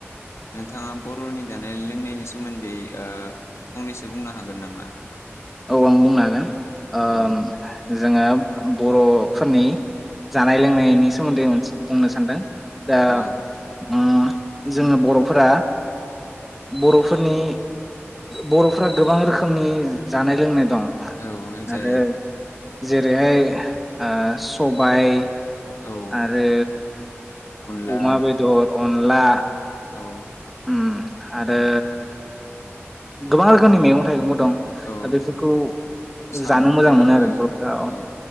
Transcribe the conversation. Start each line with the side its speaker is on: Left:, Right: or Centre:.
Left: नोंथाङा बर'नि जानाय लोंनायनि सोमोन्दै ओ फंनैसो बुंनो हागोन नामा?
Centre: औ आं बुंनो हागोन ओम
Left: ओ
Centre: जोङो बर' फोरनि जानाय लोंनायनि सोमोन्दैसे बुंनो सानदों। दा
Left: औ
Centre: उम जोङो बर'फोरा बर'फोरनि बर'फ्रा गोबां रोखोमनि जानाय लोंनाय दं
Left: औ औ जाय
Centre: आरो जेरैहाय सबाय
Left: औ
Centre: आरो
Left: अनला
Centre: अमा बेदर अनला
Left: औ
Centre: उम आरो
Left: उम
Centre: गोबां रोखोमनि मैगं थाइगंबो दं दा
Left: औ
Centre: बेफोरखौ
Left: साम'फोराबो
Centre: जानो मोजां मोनो आरो बर'फ्रा
Left: औ